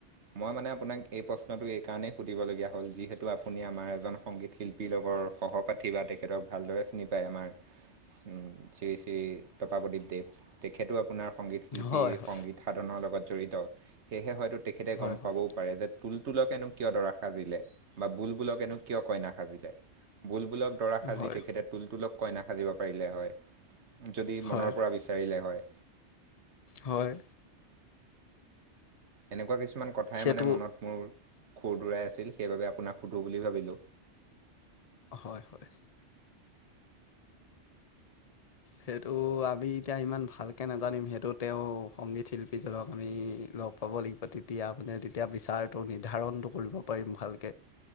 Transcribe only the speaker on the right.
মই মানে আপোনাক এই প্ৰশ্নটো এই কাৰণেই সুধিব লগা হ'ল যিহেতু আপুনি আমাৰ এজন সংগীত শিল্পী <unintelligible> সহপাঠী বা তেখেতক ভালদৰে চিনি পায়। আমাৰ উম, শ্ৰী শ্ৰী পপাপদীপদেৱ, তেখেতো আপোনাৰ সংগীত শিল্পী,
সংগীত সাধনৰ লগত জড়িত। সেয়েহে হয়তো তেখেতে
গম
পাবও পাৰে যে তুলতুলকেনো কিয় দৰা সাজিলে বা বুলবুলকেনো কিয় কইনা সাজিলে? বুল বুলবুলক দৰা সাজি
তেখেতে তুলতুলক কইনা সাজিব পাৰিলে হয়। যদি মনৰ
পৰা বিচাৰিলে হয়।
এনেকুৱা কিছুমান কথাই
মানে মনত মোৰ খুৰ দূৰাই আছিল সেইবাবে আপোনাক- সোধো‌ বুলি ভাবিলোঁ।